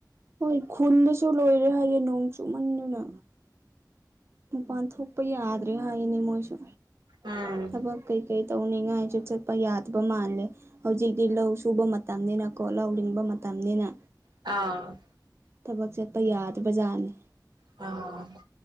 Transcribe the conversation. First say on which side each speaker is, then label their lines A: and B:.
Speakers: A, on the right (about 35°); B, on the right (about 85°).
A: ꯍꯣꯏ ꯈꯨꯟꯗꯁꯨ ꯂꯣꯏꯔꯦ ꯍꯥꯏꯌꯦ ꯅꯣꯡ ꯆꯨꯃꯟꯗꯅ ꯃꯄꯥꯟ ꯊꯣꯛꯄ ꯌꯥꯗ꯭ꯔꯦ ꯍꯥꯏꯅꯦ ꯃꯣꯏꯁꯨ
B: ꯎꯝ
A: ꯊꯕꯛ ꯀꯩ ꯀꯩ ꯇꯧꯅꯤꯡꯉꯥꯏꯁꯨ ꯆꯠꯄ ꯌꯥꯗꯕ ꯃꯥꯜꯂꯦ ꯍꯧꯖꯤꯛꯗꯤ ꯂꯧ ꯁꯨꯕ ꯃꯇꯝꯅꯤꯅꯀꯣ ꯂꯧ ꯂꯤꯡꯕ ꯃꯇꯝꯅꯤꯅ
B: ꯑꯥ
A: ꯊꯕꯛ ꯆꯠꯄ ꯌꯥꯗꯕ ꯖꯥꯠꯅꯤ
B: ꯑꯥꯎ